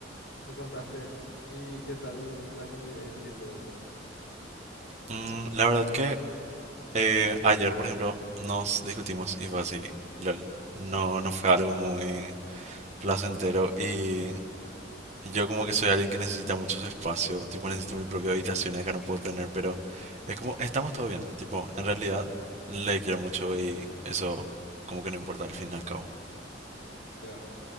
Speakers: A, on the left (about 65°); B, on the right (about 40°).
A: me contaste. ¿Y qué tal la convivencia y todo eso?
B: Mm, la verdad que eh, ayer, por ejemplo, nos discutimos y fue así, lol. No, no fue algo muy placentero y Y yo como que soy alguien que necesita muchos espacios tipo necesito mi propia habitación y acá no puedo tener, pero es como, estamos todo bien, tipo, en realidad le quiero mucho y eso como que no importa al fin y al cabo.
A: Ya.